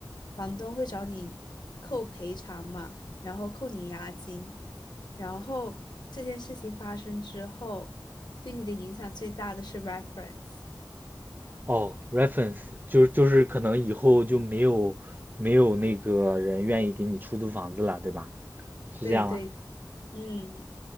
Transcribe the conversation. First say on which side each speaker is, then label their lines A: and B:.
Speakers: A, on the left; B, on the right.
A: 房东会找你扣赔偿嘛，然后扣你押金，然后这件事情发生之后，对你的影响最大的是 reference。
B: 哦，reference 就是就是可能以后就没有没有那个人愿意给你出租房子了，对吧？是这样吗？
A: 对对，嗯，